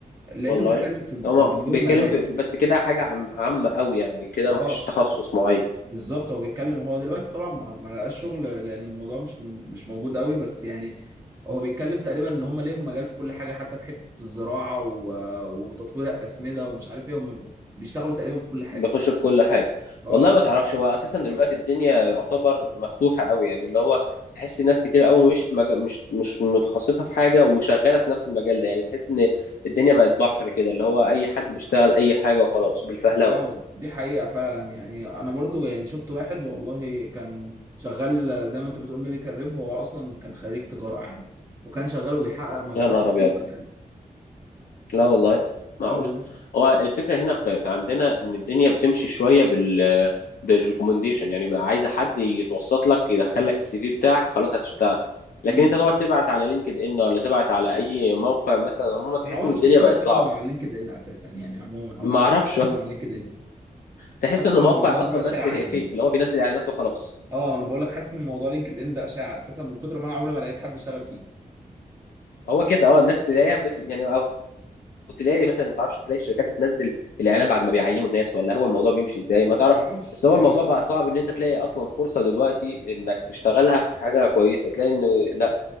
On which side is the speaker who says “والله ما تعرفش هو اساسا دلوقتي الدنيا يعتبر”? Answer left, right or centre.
Left